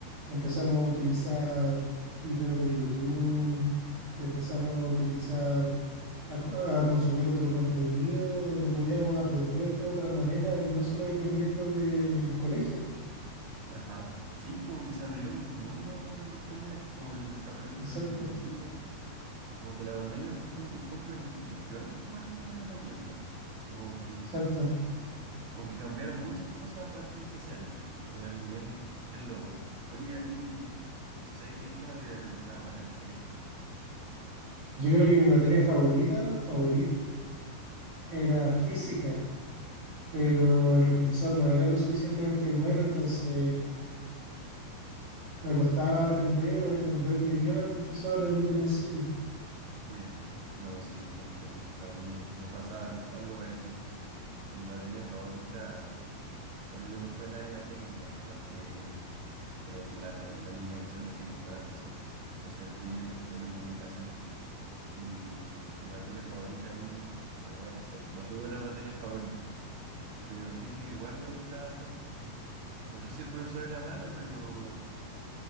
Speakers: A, on the right; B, on the right.
A: empezamos a utilizar videos de YouTube, te- empezamos a utilizar, a, co- a consumir otro contenido donde podíamos aprender de otras maneras y no solo dependiendo del colegio.
B: Ajá. Sí, como que se abrió un mundo de oportunidades, como el desarrollo
A: Exacto,
B: de tecnología, como que la pandemia fue un, pun- un punto de inflexión, igual si uno lo piensa, como que,
A: exacto.
B: como que cambiaron muchas cosas a partir de ese año. Fue algo bien, bien loco. Oye, a ti, no sé, ¿qué, qué materia te gustaba más en el colegio?
A: Yo creo que mi materia favorita, favorita, era física. pero
B: Claro,
A: el profesor no era lo suficientemente bueno, entonces me costaba aprender o entenderle bien al profesor en un principio.
B: sí. No, sí, sí, entiendo eso. A mí me pasaba al- algo parecido. Mi materia favorita, bueno, yo me fui al área técnica, más que es la, es la línea que suelen seguir todas las personas. Entonces estudié telecomunicaciones y mi materia favorita ahí, la verdad no sé, no tuve una materia favorita, pero física igual me gustaba bastante. No sé si el profesor era malo, pero,